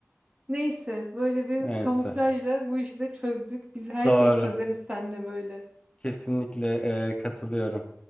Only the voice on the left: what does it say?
Neyse.
Doğru.
Kesinlikle e, katılıyorum.